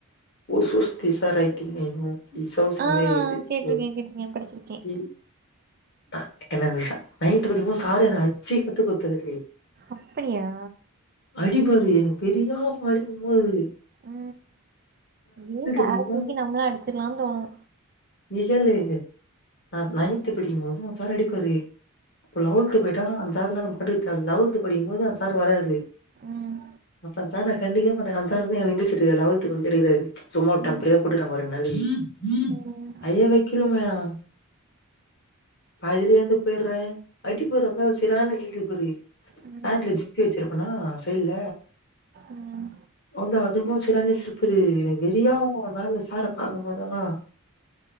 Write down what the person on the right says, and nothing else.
ஆ
கேட்டிருக்கேன் கேட்டிருக்கேன் படிச்சிருக்கேன்
அப்படியா
அ ஏ சேர
தூக்கி நம்ளு அடிச்சிர்லான் தோணு
ம்
ம்
ம்
ம்
ம்